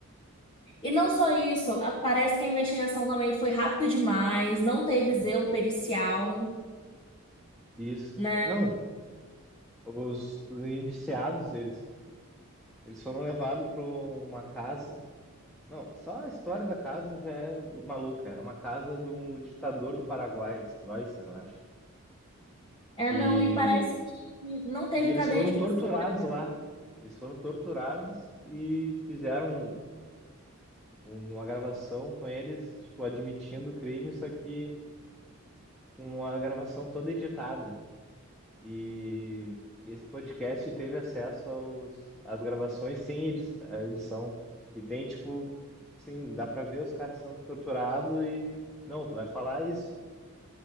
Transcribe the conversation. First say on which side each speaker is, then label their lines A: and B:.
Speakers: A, on the left; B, in the centre.
A: e não só isso, a- parece que a investigação também foi rápida demais, não teve zelo pericial,
B: Isso.
A: né?
B: Não, os, os indiciados, eles, eles foram levados para uma casa. Não, só a história da casa já é maluca. Era uma casa do ditador do Paraguai, Stroessner, eu acho.
A: É,
B: Que...
A: não, e parece que não teve
B: E eles
A: cadeia
B: foram
A: de
B: torturados
A: custódia.
B: lá. Eles foram torturados e fizeram uma gravação com eles, tipo, admitindo o crime, só que uma gravação toda editada. E esse podcast teve acesso aos, às gravações sem edi a edição. E tem, tipo, assim, dá pra ver os caras sendo torturados e. Não, tu vai falar isso.